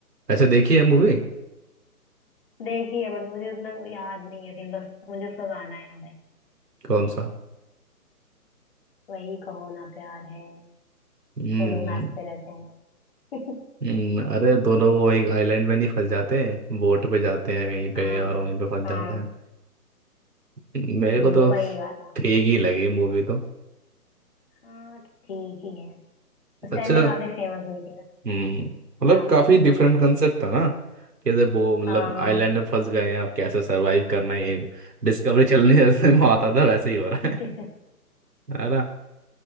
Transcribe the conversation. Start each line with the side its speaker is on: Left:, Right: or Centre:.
Right: ऐसे देखी है मूवी
Left: देखी है बट मुझे उतना कोई याद नहीं है सीन बस मुझे उसका गाना याद है
Right: कौन सा
Left: वही कहो ना प्यार है
Right: हम्म
Left: वो लोग नाचते रहते हैं <laughs>
Right: हम्म, अरे दोनों वो एक आइलैंड में नहीं फंस जाते बोट पे जाते हैं कहीं पे
Left: हाँ
Right: और वहीं पे फंस
Left: हाँ
Right: जाते हैं मेरे
Left: हम्म,
Right: को तो
Left: वही वाला
Right: ठीक ही लगी मूवी तो
Left: हाँ ठीक ही है उस
Right: अच्छा
Left: टाइम पे काफी फेमस हुई थी ना
Right: हम्म मतलब
Left: क्या
Right: काफी डिफरेंट कंसेप्ट था ना कैसे वो मतलब
Left: हाँ
Right: आइलैंड में फंस गए हैं अब कैसे सरवाइव करना है, ये डिस्कवरी चलने जैसे में आता था वैसे ही हो रहा
Left: <laughs> हाँ
Right: है है ना